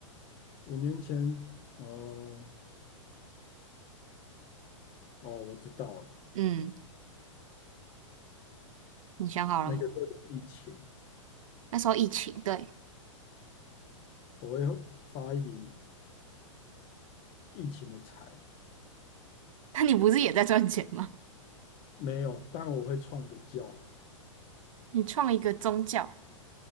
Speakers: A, on the left (about 35°); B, on the right (about 80°).
A: 五年前，呃，哦，我知道了，
B: 嗯，你想好了吗？
A: 那个时候有疫情。
B: 那时候疫情，对，
A: 我会发一笔疫情的财，
B: 那你不是也在赚钱吗？
A: 没有，但我会创一个教，
B: 你创一个宗教，